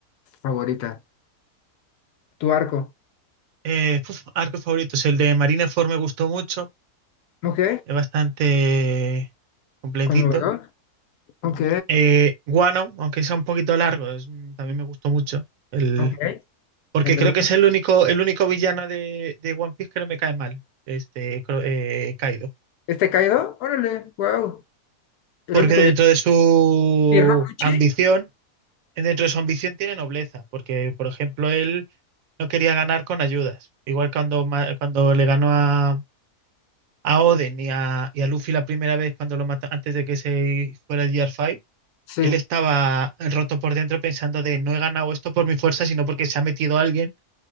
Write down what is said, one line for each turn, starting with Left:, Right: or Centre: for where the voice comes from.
Left: favorita? Tu arco.
Right: Eh, uf, arcos favoritos. El de Marineford me gustó mucho.
Left: Ok,
Right: Es bastante completito.
Left: conmovedor. Ok,
Right: Eh, Guano, aunque sea un poquito largo, es- también me gustó mucho. El,
Left: ok.
Right: porque
Left: El de...
Right: creo
Left: One-
Right: que es el único, el único villano de, de One Piece que no me cae mal. Este, Cro- eh, Kaido.
Left: ¿Este caído? Órale, wow. El
Right: Porque
Left: único
Right: dentro
Left: villano.
Right: de su
Left: ¿Y Rokuchi?
Right: ambición, dentro de su ambición tiene nobleza. Porque, por ejemplo, él no quería ganar con ayudas. Igual cuando, ma- cuando le ganó a, a Oden y a, y a Luffy la primera vez cuando lo mata, antes de que se fuera el Gear 5,
Left: Sí,
Right: él estaba roto por dentro pensando de no he ganado esto por mi fuerza, sino porque se ha metido alguien